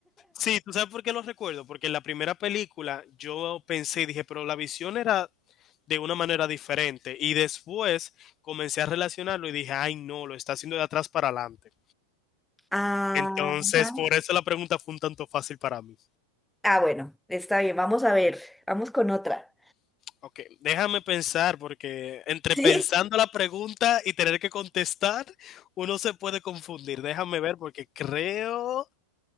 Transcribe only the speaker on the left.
sí, ¿tú sabes por qué lo recuerdo? Porque en la primera película yo pensé y dije, pero la visión era de una manera diferente. Y después comencé a relacionarlo y dije, ay, no, lo está haciendo de atrás para adelante.
Entonces,
por eso la pregunta fue un tanto fácil para mí.
Ok, déjame pensar, porque entre
pensando la pregunta y tener que contestar, uno se puede confundir. Déjame ver, porque creo